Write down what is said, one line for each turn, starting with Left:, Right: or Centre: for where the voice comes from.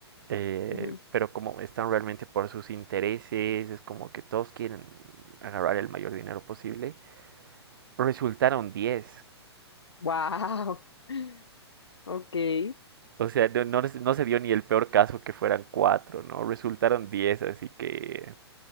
Right: eh,
Left: Ujú.
Right: pero como están realmente por sus intereses, es como que todos quieren agarrar el mayor dinero posible, resultaron diez
Left: Wow. <laughs> Ok.
Right: O sea, no, no, no se dio ni el peor caso que fueran cuatro ¿no? Resultaron diez así que